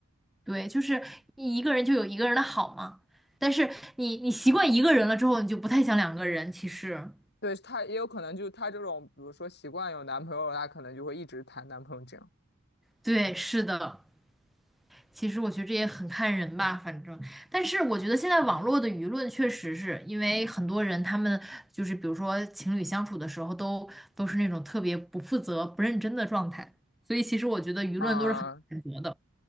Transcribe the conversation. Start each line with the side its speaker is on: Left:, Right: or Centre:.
Centre: 对，就是一个人就有一个人的好嘛。但是你你习惯一个人了之后，你就不太想两个人。其实，
Left: 对，他也有可能就他这种，比如说习惯有男朋友，他可能就会一直谈男朋友这样。
Centre: 对，是的。其实我觉得这也很看人吧，反正。但是我觉得现在网络的舆论确实是因为很多人他们就是比如说情侣相处的时候都都是那种特别不负责、不认真的状态，所以其实我觉得舆论都是很谴责的。
Left: 啊、